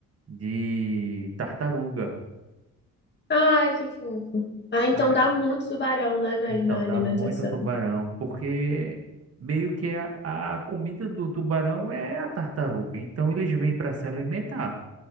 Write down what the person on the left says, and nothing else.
Ai, que fofo. Ah, então
dá muito tubarão, né, na,
na alimentação.